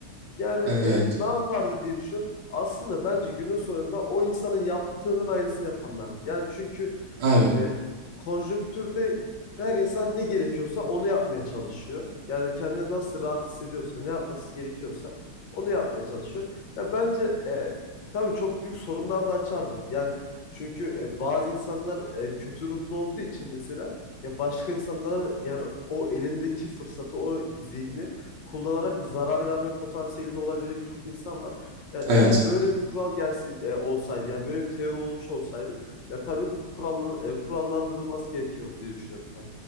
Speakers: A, on the left; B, on the right.
A: yani
B: Evet.
A: e, ne yapardı diye düşünüyorum. Aslında bence günün sonunda o insanın yaptığının aynısını yaparlardı. Yani çünkü
B: Abi.
A: e, konjonktürde her insan ne gerekiyorsa onu yapmaya çalışıyor. Yani kendini nasıl rahat hissediyorsa, ne yapması gerekiyorsa onu yapmaya çalışıyor. Ya bence e, tabii çok büyük sorunlar da açardı. Yani çünkü e, bazı insanlar e, kötü ruhlu olduğu için mesela ya başka insanlara yani o elindeki fırsatı, o zihni kullanarak zarar verme potansiyelinde olabilecek çok insan var. Yani
B: Evet.
A: eğer böyle bir kural gelse e, olsaydı yani böyle bir teori olmuş olsaydı ya tabii kurallan- e, kurallandırılması gerekiyor diye düşünüyorum. Ha,